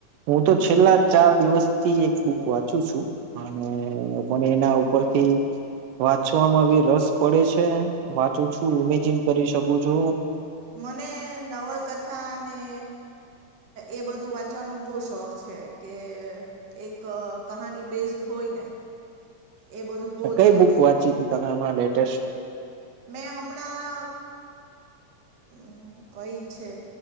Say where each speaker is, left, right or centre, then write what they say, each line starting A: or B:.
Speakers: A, on the right; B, on the right.
A: હું તો
B: હમ
A: છેલ્લા ચાર દિવસ થી એક બુક વાંચું છું અને મને એના ઉપરથી વાંચવામાં બી રસ પડે છે વાંચું છું ઇમેજિન કરી શકું છું
B: મને નવલકથા ને એ બધું વાંચવાનો બહ શોખ છે કે એક કહાની બેઇઝ્ડ હોય ને
A: <inaudible>
B: એ બધું બહુ
A: કઈ
B: જ ગમે
A: બુક વાંચી તું તમે હમણાં લેટેસ્ટ
B: મે હમણા હમ કઈ છે